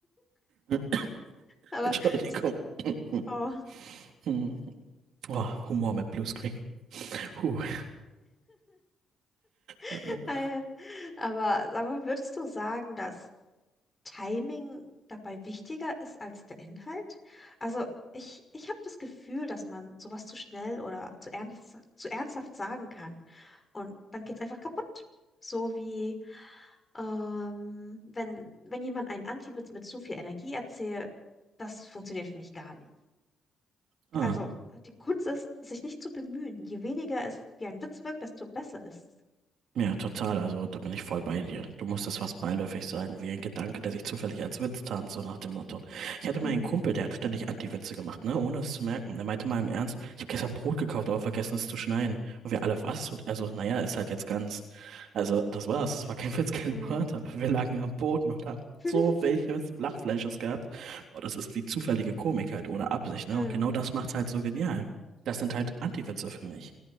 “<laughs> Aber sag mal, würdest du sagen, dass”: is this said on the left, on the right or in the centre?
Left